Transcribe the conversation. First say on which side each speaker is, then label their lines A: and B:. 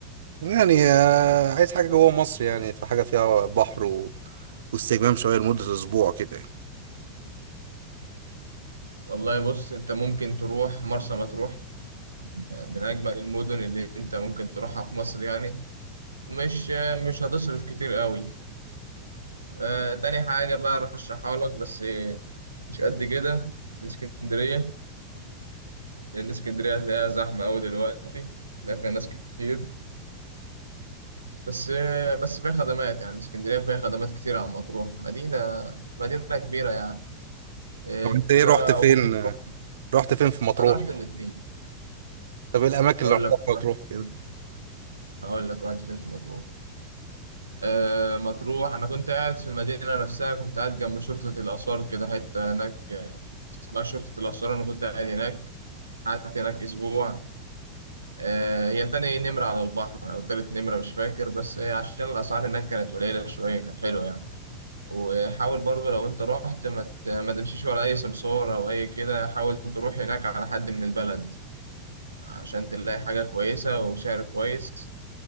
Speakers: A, on the right (about 60°); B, on the right (about 80°).
A: يعني اه عايز حاجة جوه مصر يعني في حاجة فيها بحر و... واستجمام شوية لمدة اسبوع كده يعني
B: والله بص انت ممكن تروح مرسى مطروح من اجمل المدن اللي انت ممكن تروحها في مصر يعني ومش مش هتصرف كتير قوي آه تاني حاجة بقى ارشحها لك بس مش قد كده الاسكندرية لان اسكندرية هتلاقيها زحمة قوي دلوقتي هتلاقي فيها ناس كتير بس بس فيها خدمات يعني اسكندرية فيها خدمات كتير عن مطروح مدينة مدينة كبيرة يعني إنما
A: طب انت ايه رحت فين
B: وممكن
A: آه،
B: تروح
A: رحت فين في مطروح
B: أنا رحت الاتنين
A: طب ايه الاماكن
B: هقول
A: اللي رحتها
B: لك
A: في
B: رحت
A: مطروح كده
B: فين هقول لك رحت فين في مطروح آه، مطروح أنا كنت قاعد في المدينة نفسها كنت قاعد جنب شرطة الآثار كده حتة هناك آه، اسمها شرطة الآثار أنا كنت قاعد هناك قعدت هناك أسبوع آه، هي تاني نمرة على البحر أو تالت نمرة مش فاكر بس عشان الأسعار هناك كانت قليلة شوية كانت حلوة يعني وحاول برضو لو انت رحت ما ت- ما تمشيش ورا اي سمسار او اي كده حاول تروح هناك على حد من البلد عشان تلاقي حاجة كويسة وسعر كويس